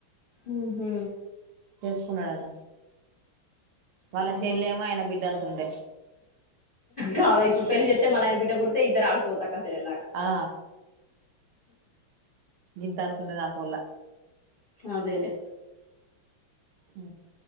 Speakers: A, on the left; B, on the right.
A: ఉహు
B: చేసుకున్నాడట వాళ్ళ
A: ఆహ
B: చెల్లేమో ఆయన బిడ్డంత ఉండే
A: కాదా ఇప్పుడు పెళ్లి చెత్తే మళ్ళా ఆయన బిడ్డ పుడుతు ఇద్దరు ఆడుకోచ్చు అక్కాచెల్లెలాగా
B: ఆ జింతా తన్నదా పోలే
A: అదేలే
B: ఉ